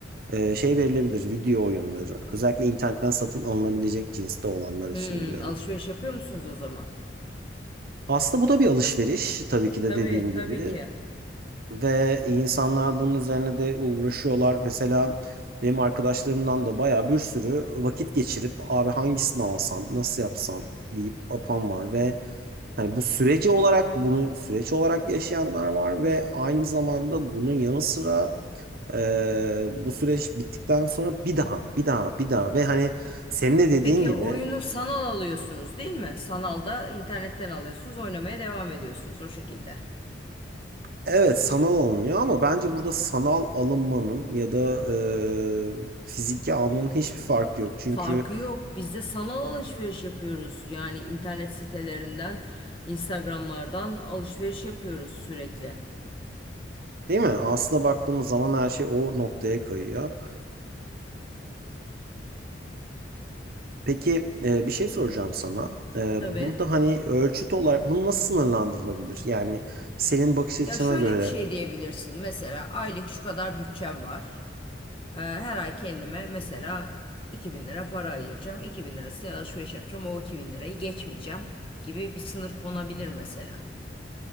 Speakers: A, on the right; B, on the left.
A: e, şey verilebilir video oyunları. Özellikle internetten satın alınabilecek cinste olanlar
B: Hmm,
A: için diyorum.
B: alışveriş yapıyor musunuz o zaman?
A: Aslında bu da bir alışveriş tabii ki de
B: Tabii,
A: dediğin
B: tabii
A: gibi
B: ki.
A: ve insanlar bunun üzerine de uğraşıyorlar. Mesela benim arkadaşlarımdan da bayağı bir sürü vakit geçirip abi hangisini alsam, nasıl yapsam deyip apan var ve Hani bu süreci olarak bunu süreç olarak yaşayanlar var ve aynı zamanda bunun yanı sıra e, bu süreç bittikten sonra bir daha bir daha bir daha ve hani senin de dediğin
B: Peki
A: gibi
B: oyunu sanal alıyorsunuz değil mi? Sanalda internetten alıyorsunuz, oynamaya devam ediyorsunuz o şekilde.
A: evet sanal alınıyor ama bence burada sanal alınmanın ya da e, fiziki almanın hiçbir farkı yok. Çünkü
B: Farkı yok. Biz de sanal alışveriş yapıyoruz. Yani internet sitelerinden, Instagram'lardan alışveriş yapıyoruz sürekli.
A: değil mi? Aslında baktığımız zaman her şey o noktaya kayıyor. Peki e, bir şey soracağım sana. E,
B: Tabii.
A: burada hani ölçüt olarak bunu nasıl sınırlandırılabilir? Yani senin bakış açına
B: Ya şöyle
A: göre.
B: bir şey diyebilirsin. Mesela aylık şu kadar bütçem var. Ee, her ay kendime mesela 2000 lira para ayıracağım. 2000 lirası alışveriş yapacağım. O 2000 lirayı geçmeyeceğim gibi bir sınır konabilir mesela.